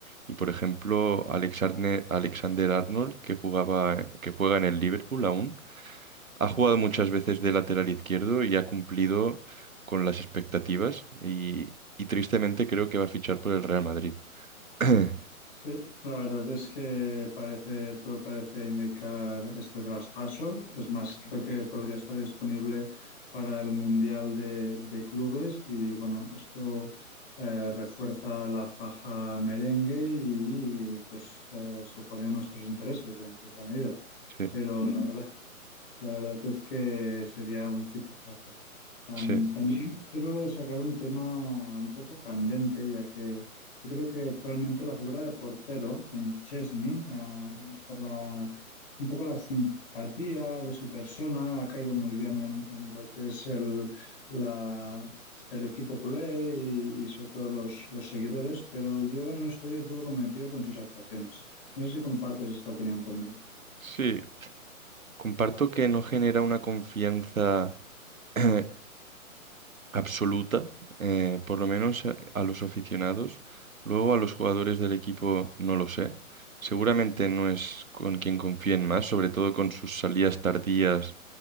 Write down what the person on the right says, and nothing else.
y, por ejemplo, Alexander Arnold, que jugaba, que juega en el Liverpool aún. Ha jugado muchas veces de lateral izquierdo y ha cumplido con las expectativas y, y tristemente creo que va a fichar por el Real Madrid. <clears throat>
Sí,
sí,
sí. Comparto que no genera una confianza <clears throat> absoluta, eh, por lo menos a, a los aficionados. Luego a los jugadores del equipo no lo sé. Seguramente no es con quien confíen más, sobre todo con sus salidas tardías